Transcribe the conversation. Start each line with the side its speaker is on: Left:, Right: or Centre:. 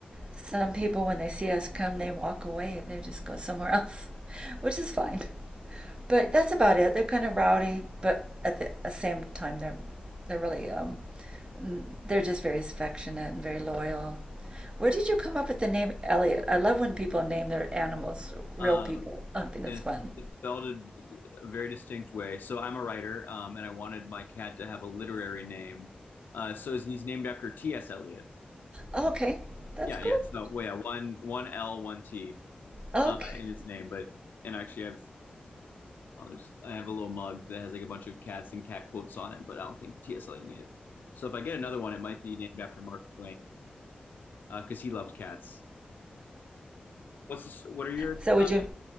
Right: some people, when they see us come, they walk away. They just go somewhere <laughs> else, which is fine. But that's about it. They're kind of rowdy, but at the, at the same time, they're they're really um, they're just very affectionate and very loyal. Where did you come up with the name Elliot? I love when people name their animals real
Left: Um,
Right: people. I think
Left: and
Right: it's
Left: it's,
Right: fun.
Left: it's spelled a, a very distinct way. So I'm a writer, um, and I wanted my cat to have a literary name. Uh, so he's named after T.S. Eliot.
Right: Oh, okay, that's
Left: Yeah,
Right: cool.
Left: yeah. So well, yeah, one one L, one T.
Right: Okay.
Left: uh, in his name, but and actually I've others. I have a little mug that has like a bunch of cats and cat quotes on it, but I don't think TSLA made it. So if I get another one, it might be named after Mark Twain because uh, he loved cats. What's this, what are your
Right: So would
Left: uh,
Right: you